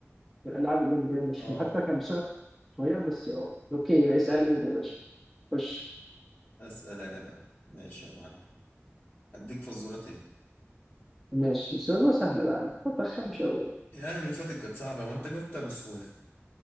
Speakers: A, in the centre; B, on the left.
A: الالعاب الاولمبيه مش
B: آه
A: فيها حتى كان بسرعه صغير بس اه. اوكي اسالني انت يا باشا خش
B: اسال انا بقى ماشي يا معلم هديك فزوره تاني
A: ماشي سؤال سهله بقى ما ترخمش قوي يعني.
B: يعني اللي فاتت كانت صعبه ما انت جاوبتها بسهوله